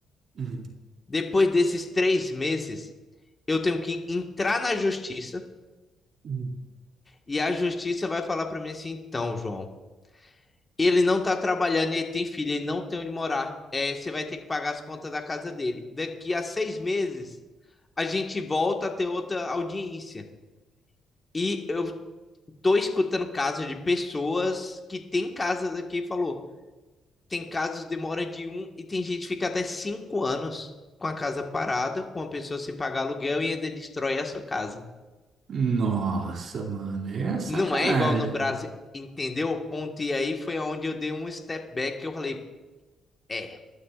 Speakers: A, on the right; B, on the left.
A: hum,
B: Depois desses três meses, eu tenho que entrar na justiça
A: hum.
B: e a justiça vai falar para mim assim: então, João, ele não tá trabalhando, ele tem filho, ele não tem onde morar, é, você vai ter que pagar as contas da casa dele. Daqui a seis meses, a gente volta a ter outra audiência. E eu tô escutando casos de pessoas que têm casas aqui e falou: tem casos que demora de um e tem gente que fica até cinco anos com a casa parada, com a pessoa sem pagar aluguel e ainda destrói a sua casa.
A: Nossa, mano, é sacanagem.
B: Não é igual no Brasil, entendeu o ponto? E aí foi onde eu dei um step back que eu falei, é,